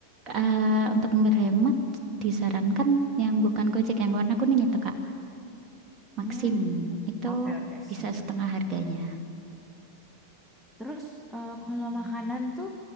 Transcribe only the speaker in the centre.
Hmm,
oke oke
siap.
Terus eh, kalau makanan tuh